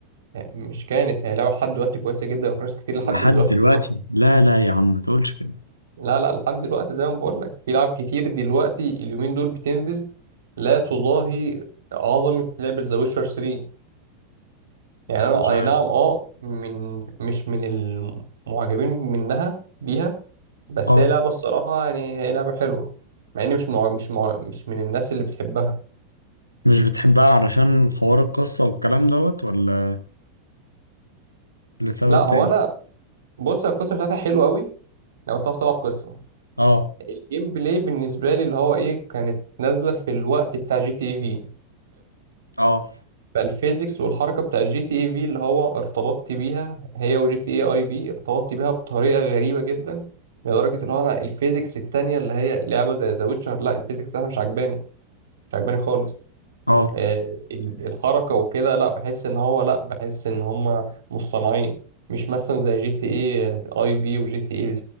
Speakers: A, on the right (about 65°); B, on the left (about 85°).
A: يعني مش كانت هي لعبه لحد دلوقتي كويسه جدا وفي ناس كتير لحد
B: لحد
A: دلوقتي
B: دلوقتي
A: بتلعبها
B: لا لا يا عم ما تقولش كده
A: لا لا لحد دلوقتي زي ما بقول لك في لعب كتير دلوقتي اليومين دول بتنزل لا تضاهي عظمه لعبه ذا ويتشر 3 يعني انا
B: مش
A: اي
B: عارف
A: نعم اه من مش من المعجبين منها بيها بس
B: اه
A: هي لعبه الصراحه يعني هي لعبه حلوه مع اني مش مع... مش مع... مش من الناس اللي بتحبها
B: مش بتحبها علشان حوار القصة والكلام دوت ولا لسبب
A: لا هو
B: تاني
A: انا بص القصه بتاعتها حلوه قوي لو انت بتلعب قصه
B: اه
A: الجيم بلاي بالنسبه لي اللي هو ايه كانت نازله في الوقت بتاع جي تي اي في
B: اه
A: فالفيزيكس والحركه بتاع جي تي اي في اللي هو ارتبطت بيها هي وجي تي اي اي في ارتبطت بيها بطريقه غريبه جدا لدرجه اللي هو انا الفيزيكس التانيه اللي هي لعبه زي ذا ويتشر لا الفيزيكس بتاعها مش عجباني مش عجباني خالص
B: اه
A: آه، ال- الحركه وكده لا بحس ان هو لا بحس ان هم مصطنعين مش مثلا زي جي تي اي اي في وجي تي اي